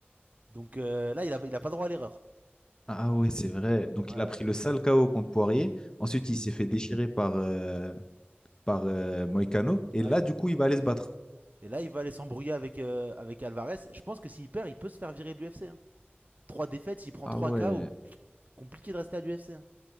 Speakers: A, on the right; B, on the left.
A: Donc euh, là, il a, il a pas droit à l'erreur.
B: Ah ouais, c'est vrai. Donc,
A: Euh,
B: il a pris le sale KO contre Poirier. Ensuite, il s'est fait déchirer par, euh, par euh, Moïcano. Et
A: ouais.
B: là, du coup, il va aller se battre.
A: Et là, il va aller s'embrouiller avec, euh, avec Alvarez. Je pense que s'il perd, il peut se faire virer de l'UFC. Hein. Trois défaites, il prend
B: Ah
A: 3
B: ouais.
A: KO. Compliqué de rester à l'UFC. Hein.